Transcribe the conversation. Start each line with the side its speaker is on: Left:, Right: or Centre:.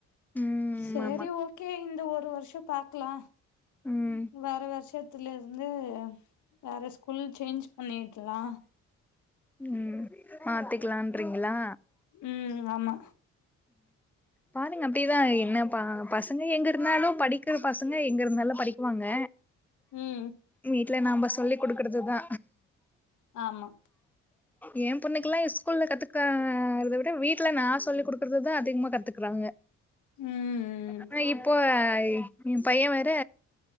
Centre: ம்
Left: செரி
Centre: ஆமா
Left: ஓகே இந்த ஒரு வருஷொ பாக்லா
Centre: ம்
Left: வேற வருஷத் த்துல இருந்து வேற ஸ்கூல் சேஞ்ச் பண்ணிட்லா
Centre: உம் மாத்திக்லான் றிங்களா
Left: ம் ஆமா
Centre: பாருங்க அப்டீதா என்னப்பா பசங்க எங்க இருந்தாலு படிக்கிற பசங்க எங்க இருந்தாலு படிக்குவாங்க
Left: ம்
Centre: மீட் ட்ல நம்ப சொல்லி குடுக்றது தா
Left: ஆமா.
Centre: ஏ பொண்ணுக்குலா ஸ்கூல்ல கத்துக் கா றுத விட வீட்ல நா சொல்லி குடுக் குறதுதா அதிகமா கத்துக்றாங்க
Left: ம் ம்
Centre: ஆனா இப்போ ஏ பைய வேற